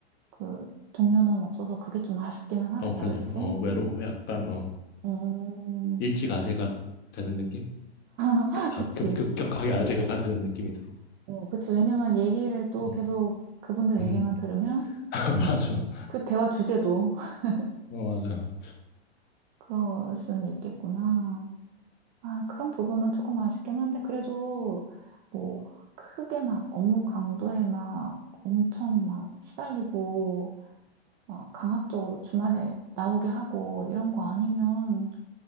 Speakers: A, on the right; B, on the left.
A: 그 동료는 없어서 그게 좀 아쉽기는 하겠다,
B: 어, 그지.
A: 그치?
B: 어, 외로 약간 어,
A: 음,
B: 일찌감치가 되는 느낌?
A: <laughs>
B: 급,
A: 그치?
B: 급, 급격하게 아재가 되는 느낌이 들어.
A: 어, 그치. 왜냐면 얘기를 또
B: 어,
A: 계속 그분들
B: 음,
A: 얘기만 들으면,
B: <laughs>
A: 음,
B: 맞아.
A: 그 대화 주제도 <laughs>
B: 어, 맞아.
A: 그럴 수는 있겠구나. 아, 그런 부분은 조금 아쉽긴 한데, 그래도 뭐, 크게 막 업무 강도에 막 엄청 막 시달리고, 막 강압적으로 주말에 나오게 하고, 이런 거 아니면,